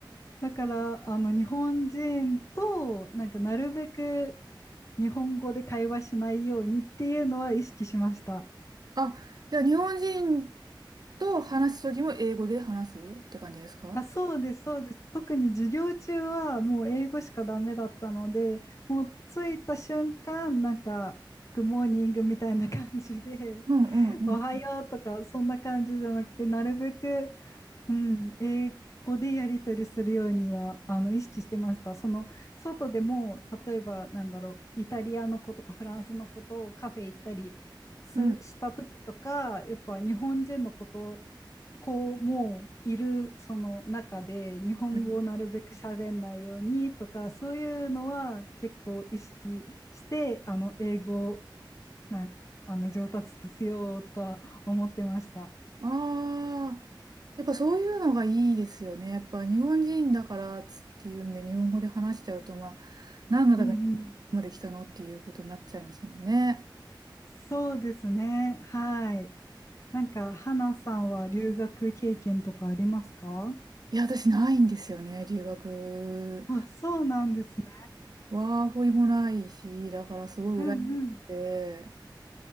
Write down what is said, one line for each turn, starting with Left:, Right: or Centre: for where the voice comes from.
Left: だから、あの、日本人と、なんか、なるべく日本語で会話しないようにっていうのは意識しました。
Right: あ、じゃあ日本人と話すときも英語で話すって感じですか
Left: あ、そうです、そうです。特に授業中はもう英語しかダメだったので、もう着いた瞬間、なんか、グッモーニングみたいな感じで、
Right: うんうん
Left: <laughs> おはようとか、そんな感じじゃなくて、なるべくうん、英語でやり取りするようにはあの意識してました。その外でも例えばなんだろうイタリアの子とかフランスの子とカフェ行ったりすした時とかやっぱ日本人の子と
Right: うん。
Left: こうもういるその中で日本語をなるべく喋んないようにとかそういうのは結構意識してあの英語を
Right: うん。
Left: なあの上達させようとは思ってました。
Right: ああ、やっぱそういうのがいいですよね。やっぱ日本人だからっつっていうんで、日本語で話しちゃうと、まあ、何のため
Left: うんうん
Right: まで来たのっていうことになっちゃいますもんね。
Left: そうですね。はい。なんか、花さんは留学経験とかありますか
Right: いや、私ないんですよね、留学。
Left: あ、そうなんですね。
Right: ワーホリもないし、だからすごい羨ましくて。
Left: うんうん。